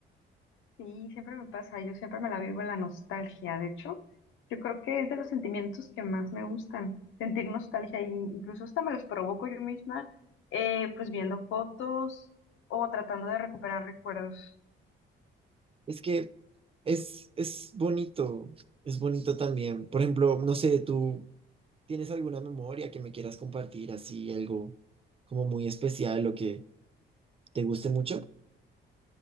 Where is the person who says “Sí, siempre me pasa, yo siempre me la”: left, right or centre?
Left